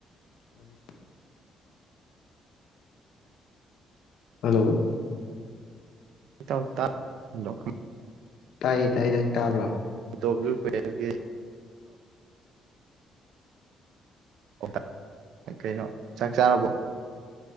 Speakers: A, on the left; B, on the right.
A: <inaudible> hello
B: ꯇ ꯂ
A: ꯇꯥꯏꯌꯦ ꯇꯥꯏꯌꯦ ꯅꯪ ꯇꯥꯕ꯭ꯔꯣ
B: ꯇꯣ ꯄꯒꯤ <unintelligible> ꯀꯩꯅꯣ ꯆꯥꯛ ꯆꯥꯔꯕꯣ